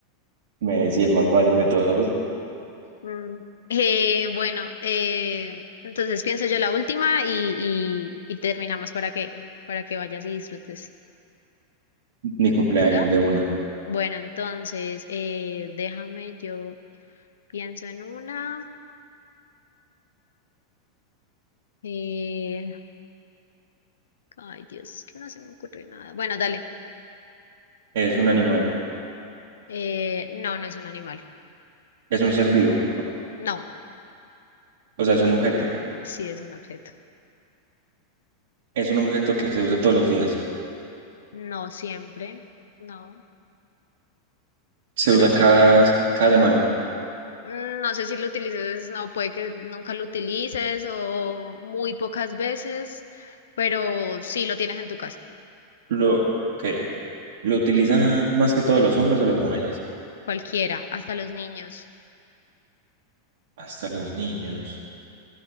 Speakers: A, on the right; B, on the left.
A: Messi, el más fácil de todos.
B: Mm, eh, bueno, eh, entonces pienso yo la última y, y, y terminamos para que, para que vayas y disfrutes.
A: Mi cumpleaños
B: ¿Listo?
A: de una.
B: Bueno, entonces, eh, déjame, yo pienso en una. Eh, ay, Dios, que no se me ocurre nada. Bueno, dale.
A: Es un animal,
B: Eh, no, no es un animal.
A: es un ser vivo,
B: No,
A: o sea, es un objeto.
B: sí es un objeto.
A: Es un objeto que se usa todos los días.
B: No siempre. No,
A: Se
B: para
A: usa
B: cierto.
A: cada, cada semana.
B: No sé si lo utilices, no, puede que nunca lo utilices o muy pocas veces, pero sí lo tienes en tu casa.
A: Lo que lo utilizan más que todos los hombres o las mujeres,
B: Cualquiera, hasta los niños.
A: hasta los niños.